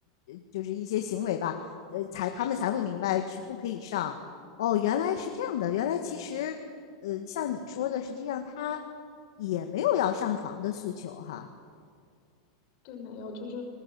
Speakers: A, on the left; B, on the left.
A: 呃呃就是一些行为吧，呃，才他们才会明白是不可以上。哦，原来是这样的，原来其实呃，像你说的，实际上它也没有要上床的诉求哈。
B: 对，没有，就是